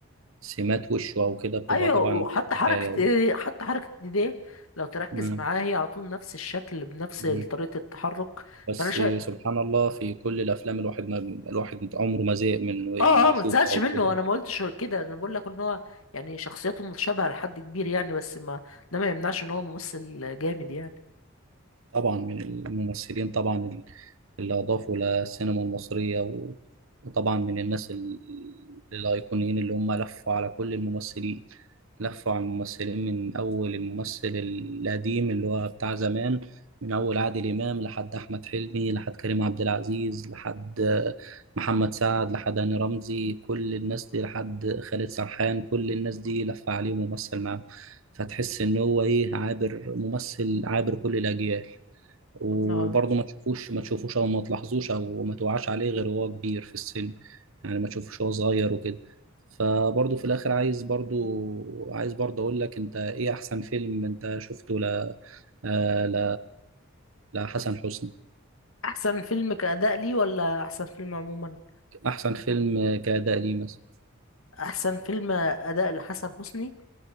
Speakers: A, on the right; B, on the left.
A: السمات وشه أو كده بتبقى
B: ايوه
A: طبعا
B: وحتى حركه
A: حكاية
B: ايه حتى حركه ايديه لو تركز
A: مم.
B: معاه هي على طول نفس الشكل بنفس
A: مم.
B: طريقه التحرك
A: بس
B: فانا شايف
A: سبحان الله في كل الافلام الواحد ما الواحد عمره ما زهق من انه
B: اه اه
A: يشوفه
B: ما تزهقش
A: او
B: منه
A: كده
B: انا ما قلتش كده انا بقول لك ان هو يعني شخصيته متشابهه لحد كبير يعني بس ما ده ما يمنعش ان هو ممثل جامد يعني
A: طبعا من الممثلين طبعا ال- اللي أضافوا للسينما المصرية و- وطبعا من الناس ال- الأيقونيين اللي هم لفوا على كل الممثلين لفوا على الممثلين من أول الممثل القديم اللي هو بتاع زمان من أول عادل إمام لحد أحمد حلمي لحد كريم عبد العزيز لحد آه، محمد سعد لحد هاني رمزي كل الناس دي لحد خالد سرحان كل الناس دي لف عليه وممثل معاهم فتحس إن هو إيه عابر ممثل عابر كل الأجيال وبرضه
B: آه.
A: ما تشوفوش ما تشوفوش او ما تلاحظوش او ما توعاش عليه غير وهو كبير في السن يعني ما تشوفوش وهو صغير وكده فبرضه في الاخر عايز برضه عايز برضه اقول لك انت ايه احسن فيلم انت شفته ل آه، ل لحسن حسني
B: احسن فيلم كأداء ليه ولا احسن فيلم عموما
A: احسن فيلم كأداء ليه مثلا
B: احسن فيلم أداء لحسن حسني